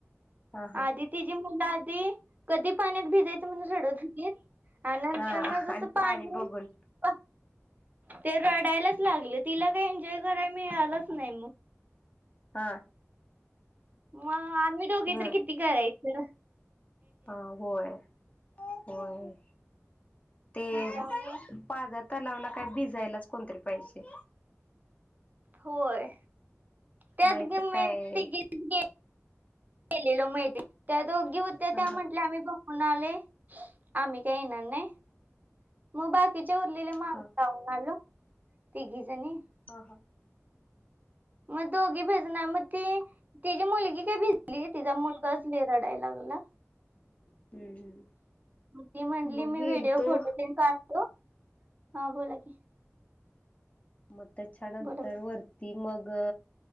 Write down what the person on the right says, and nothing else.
आदिती ची मुलं आधी कधी पाण्यात भिजायचं म्हणून रडत होती आणि नंतर
ना जस
पाणी
पच ते रडायलाच लागल तिला काही एन्जॉय करायला मिळालंच नाही मग
मगं आम्ही दोघी
तर किती करायच.
त्यामुळे
होय त्यात
<unintelligible> गे
गेलेलो मैत्री नी कडे त्या दोघी होत्या
त्या
म्हटल्या आम्ही बघ होणाले आम्ही काय येणार नाय. मग बाकीचे उरलेल्या मामी
लाऊून आलो तिघी जणी.
मग दोघी भिजणार मग ती तिची मुलगी काय भिजलीच तिचा मुलगाच लय रडायला लागला.
ती म्हटली
मी
व्हिडिओ
फोटो तरी काढते. हॅलो हा बोला की.
बोला बोला